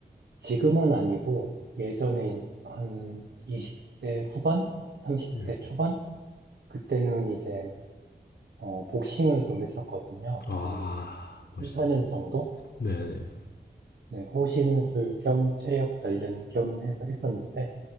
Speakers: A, on the right; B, on the left.
A: 지금은 아니고 예전에 한 20대 후반, 30대
B: 예.
A: 초반 그때는 이제 어, 복싱을 좀 했었거든요.
B: 아
A: 한
B: 멋있으시네.
A: 삼, 4년 정도?
B: 네, 네.
A: 네, 호신술 겸 체력 단련 겸 해서 했었는데